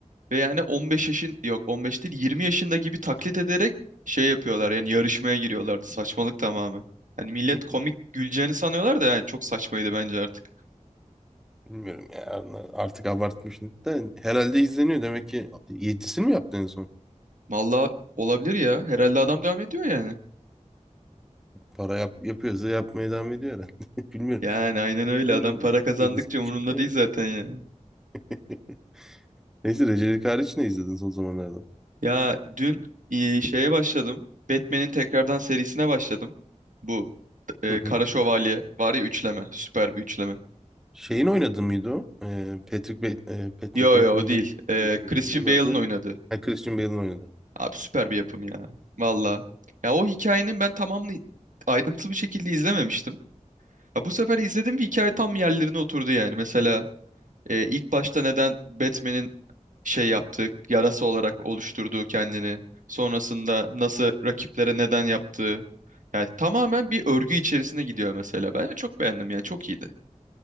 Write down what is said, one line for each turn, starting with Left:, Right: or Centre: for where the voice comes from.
Right: Ve yani 15 yaşın yok 15 değil 20 yaşında gibi taklit ederek şey yapıyorlar yani yarışmaya giriyorlardı saçmalık tamamen. Hani millet
Centre: <laughs>
Right: komik güleceğini sanıyorlar da yani çok saçmaydı bence artık.
Centre: Bilmiyorum ya artık abartmışım. Da herhalde izleniyor demek ki. Yedisini mi yaptı en son?
Right: Vallahi olabilir ya herhalde adam devam ediyor yani.
Centre: Para yap yapıyorsa yapmaya devam ediyor herhalde. <laughs> Bilmiyorum.
Right: Yani aynen öyle
Centre: Bilmiyorum.
Right: adam para kazandıkça
Centre: Yedisi mi
Right: umurunda
Centre: çıktı?
Right: değil zaten ya.
Centre: <laughs> Neyse Recep Hariç ne izledin son zamanlarda?
Right: Ya dün e, şeye başladım Batman'in tekrardan serisine başladım. Bu e,
Centre: Hı hı.
Right: Kara Şövalye var ya üçleme süper bir üçleme.
Centre: Şeyin oynadı mıydı o? Ee, Patrick, Bat- e, Patrick
Right: Yo yo
Centre: Bateman
Right: o değil.
Centre: değil.
Right: E,
Centre: Şey,
Right: Christian
Centre: neydi
Right: Bale'ın
Centre: adı?
Right: oynadığı.
Centre: Ha, Christian Bale'ın oynadı.
Right: Abi süper bir yapım ya. Valla. Ya o hikayenin ben tamamını ayrıntılı bir şekilde izlememiştim. Ya bu sefer izledim ve hikaye tam yerlerine oturdu yani. Mesela e, ilk başta neden Batman'in şey yaptığı, yarası olarak oluşturduğu kendini. Sonrasında nasıl rakiplere neden yaptığı. Yani tamamen bir örgü içerisine gidiyor mesela. Ben de çok beğendim yani çok iyiydi.